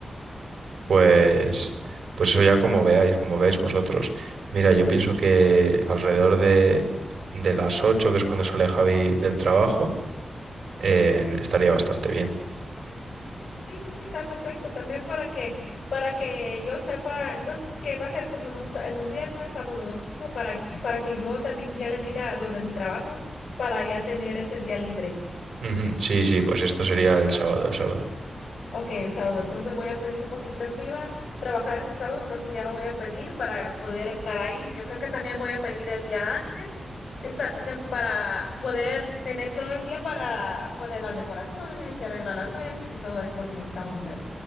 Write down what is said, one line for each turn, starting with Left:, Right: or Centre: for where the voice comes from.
Right: Pues, pues eso ya como veáis, como veáis vosotros. Mira, yo pienso que alrededor de, de las 8 que es cuando sale Javi del trabajo, Eh,
Left: Ok.
Right: estaría bastante bien.
Left: Sí, sí, sí, está perfecto. También para que, para que yo sepa, entonces que va a ser como en un, sa- en un viernes, sábado, domingo, para, que- para que yo también ya le diga lo de mi trabajo, para ya tener ese día libre.
Right: Ujú, Sí, sí, pues esto sería el sábado, el sábado.
Left: Ok, el sábado. Entonces voy a pedir, porque creo que iba a trabajar ese sábado, entonces ya lo voy a pedir para poder estar ahí. Yo creo que también voy a pedir el día antes del, sa- de- para poder tener todo el día para poner las decoraciones y arreglar las mesas y todo eso lo que necesitamos hacer.